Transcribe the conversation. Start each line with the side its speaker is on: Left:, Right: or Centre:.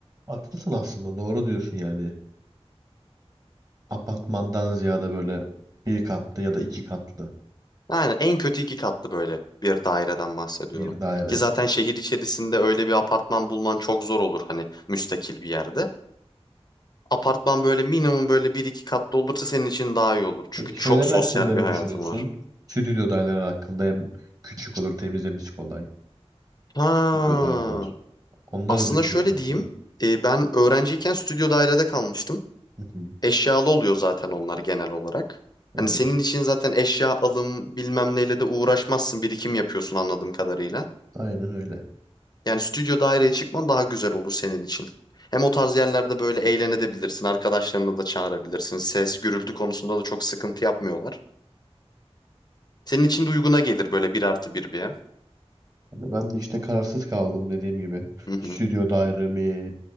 Right: Haklısın aslında. Doğru diyorsun yani. Apartmandan ziyade böyle bir katlı ya da iki katlı
Left: Yani en kötü iki katlı böyle bir daireden bahsediyorum.
Right: bir daire.
Left: Ki zaten şehir içerisinde öyle bir apartman bulman çok zor olur hani müstakil bir yerde. Apartman böyle minimum böyle bir iki katlı olursa senin için daha iyi olur. Çünkü
Right: Peki
Left: çok
Right: şeyler
Left: sosyal
Right: hakkında ne
Left: bir hayatın
Right: düşünüyorsun?
Left: var.
Right: Stüdyo daireler hakkında hem küçük olur temizlemesi kolay.
Left: Ha,
Right: Stüdyo daireler. Onları
Left: Aslında
Right: düşünmüştüm.
Left: şöyle diyeyim. e, ben öğrenciyken stüdyo dairede kalmıştım.
Right: Hı hı.
Left: Eşyalı oluyor zaten onlar genel olarak.
Right: Evet,
Left: Hani senin için zaten eşya alım bilmem neyle de uğraşmazsın. Birikim yapıyorsun anladığım kadarıyla.
Right: aynen öyle.
Left: Yani stüdyo daireye çıkman daha güzel olur senin için. Hem o tarz yerlerde böyle eğlenebilirsin. Arkadaşlarını da çağırabilirsin. Ses, gürültü konusunda da çok sıkıntı yapmıyorlar. Senin için de uyguna gelir böyle bir artı bir bir ev.
Right: Hani ben de işte kararsız kaldım dediğim gibi.
Left: Hı hı.
Right: Stüdyo daire mi